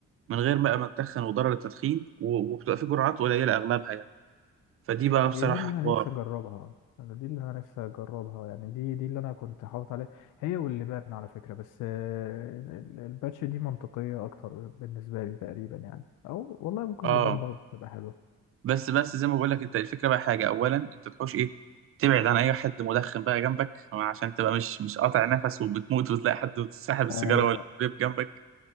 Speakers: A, on the right (about 45°); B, on the left (about 80°).
A: من غير بقى ما تتخن وضرر التدخين و- وبتبقى في جرعات قليله اغلبها يعني فدي بقى بصراحه
B: هي دي اللي انا
A: حوار
B: نفسي اجربها انا دي اللي انا نفسي اجربها يعني دي دي اللي انا كنت حاطط عليها هي واللبان على فكره بس آه ال- الباتش دي منطقيه اكتر بالنسبه لي تقريبا يعني او والله ممكن
A: اه
B: اللبان برضه تبقى حلوه
A: بس بس زي ما بقول لك انت الفكره بقى حاجه اولا انت تحوش ايه تبعد عن اي حد مدخن بقى جنبك عشان تبقى مش مش قاطع نفس وبتموت وتلاقي حد ساحب السيجاره
B: ايوه
A: ولا الفيب جنبك